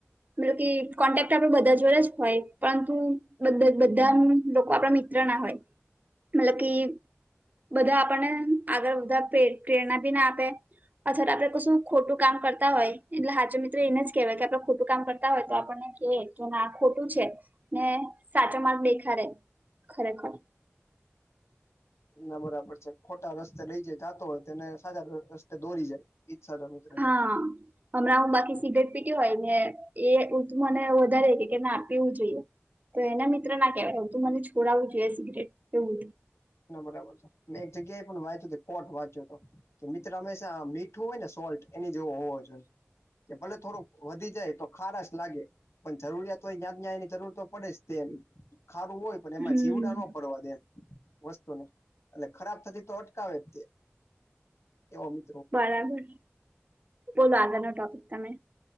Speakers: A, on the right; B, on the left.
A: મ કે કોન્ટેક્ટ આપડ બધા જોડે જ હોય પરંતુ બધા લોકો આપણા મિત્ર ના હોય મતલબ કે બધા આપણને આગળ બધા પ્રેરણા ભી ના આપે અથવા તો આપે કશું. ખોટું કામ કરતા હોય એટલે હાચો મિત્રો એને જ કેહેવાય કે આપડે ખોટું કામ કરતા હોય તો આપણને કે. ના ખોટું છે ને સાચો માર્ગ દેખારે ખરેખર.
B: ના બરાબર છે ખોટા રસ્તે લઈ જ જાતો હોય તેને સારા રસ્તે દોરી જાય ઈજ સાચો મિત્ર
A: હા
B: છે
A: હમણાં હું બાકી સિગરેટ પીટી હોય ને એ મને વધારે કે કે ના પીવું જોઈએ તો એના મિત્ર ના કહેવાય તું મને છોડાવું જોઈએ સિગરેટ પીવું.
B: ના બરાબર છે મેં એક જગ્યા એ પણ વાંચ્યું કોટ વાંચ્યો તો કે મિત્ર હંમેશા મીઠું હોય ને સોલ્ટ એની જેવો હોવો જોઈએ કે ભલે થોડુંક વધી જાય તો ખારાસ લાગે. પણ જરૂરિયાતો હોય જ્યા ન્યાય એની જરૂર તો પડે જ તે ખારું હોય પણ એમાં
A: હમ
B: જીવડા નો પડવા દે એમ વસ્તુ ને એને ખરાબ થતી તો અટકાવે જ તે એવો મિ
A: બરાબર બોલો આગળ નો ટોપિક તમે